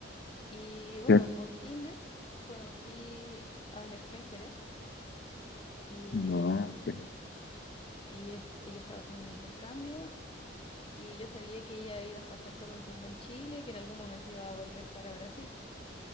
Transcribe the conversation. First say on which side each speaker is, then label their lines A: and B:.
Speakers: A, on the left (about 30°); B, on the left (about 55°).
A: Y bueno,
B: sí.
A: por Tinder conocí a una extranjera. Y
B: No, ok.
A: y es- ella estaba haciendo un intercambio y yo sabía que ella iba a pasar solo un tiempo en Chile, que en algún momento iba a volver para Brasil.